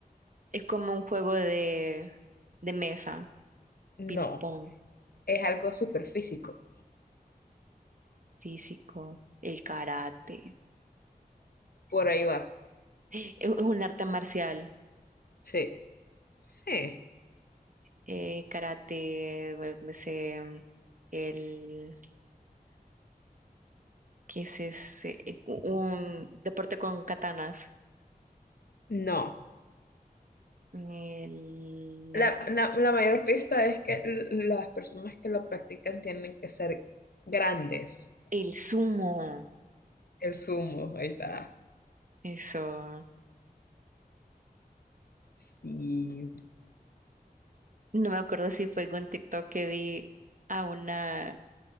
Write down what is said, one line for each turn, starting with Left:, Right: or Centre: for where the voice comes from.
Right: es como un juego de, de mesa, ping-pong,
Left: No, es algo súper físico.
Right: físico, el karate. <gasps>
Left: Por ahí vas.
Right: Es es un arte marcial.
Left: Sí, sí.
Right: Eh, karate, eh, me sé, el... ¿Qué es ese? Un deporte con katanas.
Left: No.
Right: El, la-
Left: La, la- la mayor pista es que l- las personas que lo practican tienen que ser grandes.
Right: el sumo,
Left: El sumo, ahí está.
Right: eso.
Left: Sí.
Right: No me acuerdo si fue en un TikTok que vi a una